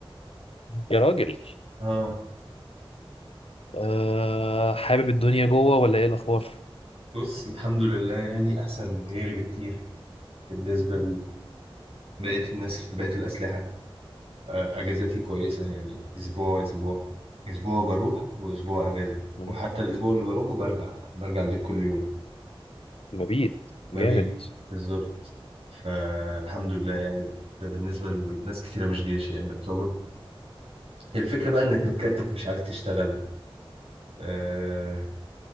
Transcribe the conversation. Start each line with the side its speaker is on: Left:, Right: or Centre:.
Left: يا راجل
Right: اه
Left: أه حابب الدنيا جوه ولا ايه الاخبار
Right: بص الحمد لله يعني احسن من غيري بكتير بالنسبه لبقيه الناس في بقيه الاسلحه آه اجازاتي كويسه يعني اسبوع واسبوع اسبوع بروح واسبوع اجازه
Left: مم.
Right: وحتى الاسبوع اللي بروحه برجع برجع البيت كل يوم
Left: مبيت
Right: مبيت
Left: جامد
Right: بالظبط فالحمد لله يعني ده بالنسبه لناس كتيره مش جيش يعني يعتبر الفكره بقى انك متكتف مش عارف تشتغل آه،